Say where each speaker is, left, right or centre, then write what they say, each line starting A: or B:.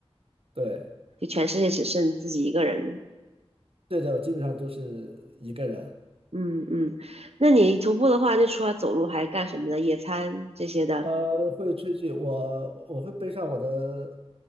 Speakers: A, on the right; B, on the right.
A: 对，
B: 就全世界只剩自己一个人了。
A: 对的，我基本上都是一个人。
B: 嗯嗯，那你徒步的话，就除了走路还干什么呢？野餐这些的。
A: 呃，会吹剧，我我会背上我的